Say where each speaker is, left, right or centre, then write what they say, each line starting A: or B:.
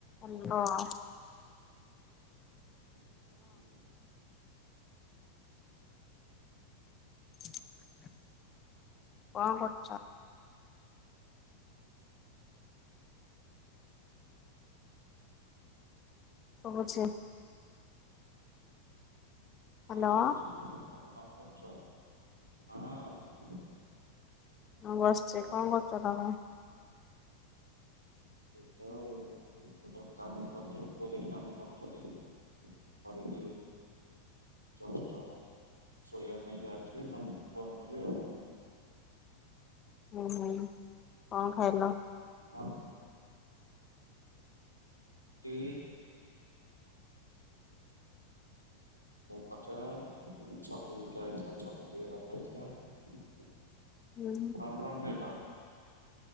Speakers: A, on the left; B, on the right.
A: ଅ ହାଲୋ।
B: ହଁ
A: <inaudible> କଣ କରୁଚ? ଶୁବୁଛି। ହ୍ୟାଲୋ
B: ହ ଶୁୁଭୁଛି ତମେ କାଣ କରଛ ହଁ?
A: ହଁ ବସିଛି
B: ଆଉ
A: କଣ କରୁଛ ତମେ?
B: ଏଇଠି ତ ଗୋଟେ କାମ କରୁ ଥିଲି ପ୍ରୋଜେଟ କାମ କରୁଥିଲି। କରିକି ଜଷ୍ଟ ଶୋଇବା ପାଇଁ ଯାଉଥିଲି ତମକୁ ଫୋନ କଲି ଆଉ।
A: ହୁଁ ହୁଁ କଣ ଖାଇଲ?
B: ହଁ ଟି ଗଛ ଛତୁ ବିକି ହେଇଥିଲା ଛତୁ ଟିକେ ରଖା ହେଇଥିଲା। ତମେ
A: ହୁଁ
B: କଣ ଖାଇଲ?